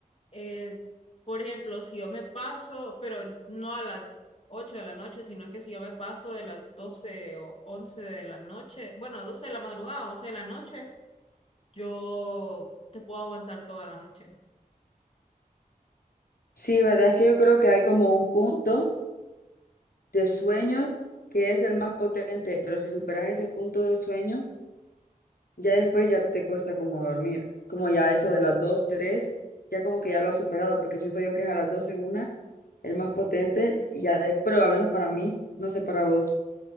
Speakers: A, on the left (about 40°); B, on the left (about 90°).
A: eh, por ejemplo, si yo me paso, pero no a las 8 de la noche, sino que si yo me paso de las 12 o 11 de la noche, bueno, 12 de la madrugada, 11 de la noche, yo te puedo aguantar toda la noche.
B: Sí, verdad es que yo creo que hay como un punto de sueño que es el más potente, pero si superas ese punto de sueño, Ya después ya te cuesta como dormir, como ya eso de las 2 3 ya como que ya lo has superado, porque siento yo que es a las 12 una el más potente, y ya de- pero al menos para mí, no sé para vos.